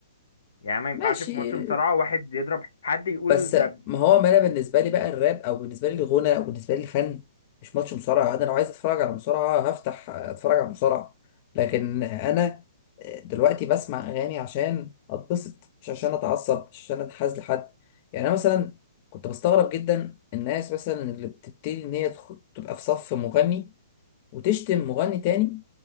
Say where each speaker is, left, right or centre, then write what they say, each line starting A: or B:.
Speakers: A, on the left; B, on the left.
A: يعني ما ينفعش
B: ماشي
A: في ماتش مصارعة واحد يضرب حد يقول
B: بس
A: ده
B: ما هو
A: بي-
B: ما انا بالنسبه لي بقى الراب او بالنسبه لي الغنى او بالنسبه لي الفن مش ماتش مصارعه انا لو عايز اتفرج على مصارعه هفتح اتفرج على مصارعه لكن انا دلوقتي بسمع اغاني عشان اتبسط مش عشان اتعصب مش عشان اتحاز لحد يعني انا مثلا كنت بستغرب جدا الناس مثلا اللي بتبتدي ان هي تخ- تبقى في صف مغني وتشتم مغني تاني